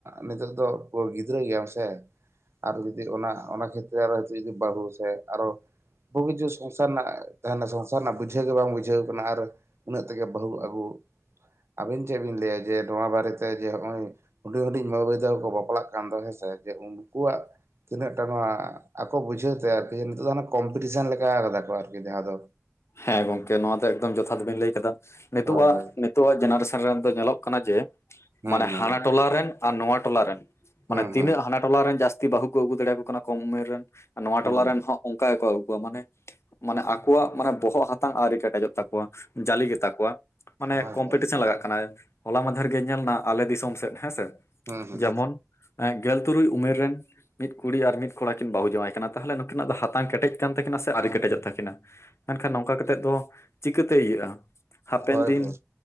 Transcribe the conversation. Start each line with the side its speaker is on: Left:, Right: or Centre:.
Right: ᱱᱤᱛᱳᱜ ᱫᱚ ᱜᱤᱫᱽᱨᱟᱹ ᱜᱮᱭᱟᱢ ᱥᱮ᱾ ᱟᱨ ᱡᱩᱫᱤ ᱚᱱᱟ ᱚᱱᱟ ᱠᱷᱮᱛᱨᱮ ᱨᱮ ᱵᱟᱹᱦᱩ ᱥᱮ ᱟᱨᱚ ᱦᱚᱸ <unintelligible> ᱥᱚᱝᱥᱟᱨ ᱨᱮᱱᱟᱜ ᱛᱟᱦᱮᱸᱱᱟ ᱥᱚᱝᱥᱟᱨ ᱨᱮᱱᱟᱜ ᱵᱩᱡᱽ ᱡᱷᱟᱹᱣ ᱜᱮ ᱵᱟᱝ ᱵᱩᱡᱷᱟᱹᱣ ᱠᱟᱱᱟ ᱟᱨ, ᱩᱱᱟᱹᱜ ᱛᱮᱜᱮ ᱵᱟᱹᱦᱩ ᱟᱜᱩ ᱟᱵᱤᱱ ᱪᱮᱫ ᱵᱤᱱ ᱞᱟᱹᱭᱟ ᱡᱮ ᱱᱚᱣᱟ ᱵᱟᱨᱮ ᱛᱮ ᱡᱮ ᱦᱚᱸᱜ-ᱚᱸᱭ ᱦᱩᱰᱤᱧ ᱦᱩᱰᱤᱧ ᱵᱟᱹᱵᱩ ᱢᱟᱹᱭ ᱛᱟᱠᱚ ᱠᱚ ᱵᱟᱯᱞᱟᱜ ᱠᱟᱱ ᱫᱚ ᱦᱮᱸ ᱥᱮ, ᱡᱮ ᱩᱱᱠᱩᱣᱟᱜ ᱛᱤᱱᱟᱹᱜ ᱴᱟ ᱱᱚᱣᱟ ᱟᱠᱚ ᱵᱩᱡᱷᱟᱹᱣ ᱛᱮ ᱟᱨᱠᱤ, ᱱᱤᱛᱚᱜ ᱫᱚ ᱚᱱᱟ ᱠᱚᱢᱯᱤᱴᱤᱥᱟᱱ ᱞᱮᱠᱟ ᱠᱟᱫᱟ ᱠᱚ ᱟᱨᱠᱤ ᱡᱟᱦᱟᱸ ᱫᱚ᱾
Left: ᱦᱮᱸ ᱜᱚᱝᱠᱮ ᱱᱚᱣᱟ ᱫᱚ ᱮᱠᱫᱚᱢ ᱡᱚᱛᱷᱟᱛ ᱵᱤᱱ ᱞᱟᱹᱭ ᱠᱟᱫᱟ᱾ ᱱᱤᱛᱚᱜ-ᱟᱜ
Right: ᱦᱳᱭ ᱦᱳᱭ
Left: ᱱᱤᱛᱚᱜ-ᱟᱜ ᱡᱮᱱᱟᱨᱮᱥᱟᱱ ᱨᱮᱱ ᱫᱚ ᱧᱮᱞᱚᱜ ᱠᱟᱱᱟ ᱡᱮ,
Right: ᱦᱩᱸ
Left: ᱢᱟᱱᱮ
Right: ᱦᱩᱸ
Left: ᱦᱟᱱᱟ ᱴᱚᱞᱟ ᱨᱮᱱ ᱟᱨ ᱱᱚᱣᱟ ᱴᱚᱞᱟ ᱨᱮᱱ,
Right: ᱦᱩᱸ
Left: ᱢᱟᱱᱮ ᱛᱤᱱᱟᱹᱜ
Right: ᱦᱩᱸ
Left: ᱦᱟᱱᱟ ᱴᱚᱞᱟ ᱨᱮᱱ ᱡᱟᱥᱛᱤ ᱵᱟᱦᱩ ᱠᱚ ᱟᱹᱜᱩ ᱫᱟᱲᱮᱭᱟᱠᱚ ᱠᱟᱱᱟ ᱠᱚᱢ ᱩᱢᱮᱨ ᱨᱮᱱ, ᱱᱚᱣᱟ
Right: ᱦᱩᱸ
Left: ᱴᱚᱞᱟ ᱨᱮᱱ ᱦᱚᱸ ᱚᱝᱠᱟ ᱜᱮᱠᱚ ᱟᱹᱜᱩ ᱠᱚᱣᱟ ᱢᱟᱱᱮ, ᱢᱟᱱᱮ ᱟᱠᱚᱣᱟᱜ ᱢᱟᱱᱮ ᱵᱚᱦᱚᱜ ᱦᱟᱛᱟᱝ ᱟᱹᱣᱨᱤ ᱠᱮᱴᱮᱡᱚᱜ ᱛᱟᱠᱚᱣᱟ ᱡᱟᱞᱤ ᱜᱮ ᱛᱟᱠᱚᱣᱟ, ᱢᱟᱱᱮ
Right: ᱦᱳᱭ
Left: ᱠᱚᱢᱯᱤᱴᱤᱥᱮᱱ
Right: ᱦᱳᱭ
Left: ᱞᱟᱜᱟᱜ ᱠᱟᱱᱟ᱾ ᱦᱚᱞᱟ ᱢᱟᱫᱷᱮᱨ ᱜᱮ ᱧᱮᱞᱱᱟ ᱟᱞᱮ ᱫᱤᱥᱚᱢ ᱥᱮᱫ ᱦᱮᱸ ᱥᱮ,
Right: ᱦᱩᱸ ᱦᱩᱸ
Left: ᱡᱮᱢᱚᱱ ᱮᱸ ᱜᱮᱞ ᱛᱩᱨᱩᱭ ᱩᱢᱮᱨ ᱨᱮᱱ ᱢᱤᱫ ᱠᱩᱲᱤ ᱟᱨ ᱢᱤᱫ ᱠᱚᱲᱟ ᱠᱤᱱ ᱵᱟᱦᱩ ᱡᱟᱶᱟᱭ ᱠᱟᱱᱟ ᱛᱟᱦᱚᱞᱮ ᱱᱩᱠᱤᱱᱟᱜ ᱫᱚ ᱦᱟᱛᱟᱝ ᱠᱮᱴᱮᱡ ᱠᱟᱱ ᱛᱟᱠᱤᱱᱟ ᱥᱮ ᱟᱹᱣᱨᱤ ᱠᱮᱴᱮᱡᱚᱜ ᱛᱟᱠᱤᱱᱟ᱾ ᱢᱮᱱᱠᱷᱟᱱ ᱱᱚᱝᱠᱟ ᱠᱟᱛᱮᱫ ᱫᱚ ᱪᱤᱠᱟᱹᱛᱮ ᱤᱭᱟᱹᱜ-ᱟ, ᱦᱟᱯᱮᱱ
Right: ᱦᱳᱭ
Left: ᱫᱤᱱ
Right: ᱦᱳᱭ